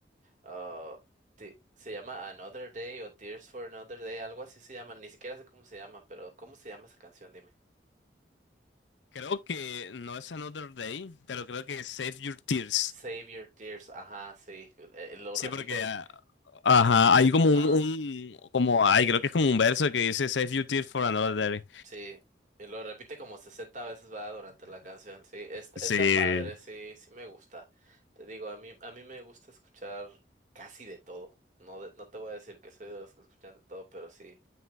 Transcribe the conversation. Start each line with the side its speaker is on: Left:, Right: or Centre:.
Right: ah, ti- se llama Another Day o Tears for Another Day, algo así se llama. Ni siquiera sé cómo se llama, pero ¿cómo se llama esa canción? Dime.
Left: Creo que no es Another Day, pero creo que es Save Your Tears.
Right: Save Your Tears, ajá, sí, eh, lo
Left: Sí,
Right: repite,
Left: porque ah, ajá, hay como
Right: ajá,
Left: un, un- como ay, creo que es como un verso que dice Save Your Tears for Another Day.
Right: sí, y lo repite como 60 veces va durante la canción, sí, está,
Left: Sí.
Right: está padre, sí, sí me gusta. Te digo, a mí, a mí me gusta escuchar casi de todo. No, de- no te voy a decir que soy de los que escuchan de todo, pero sí,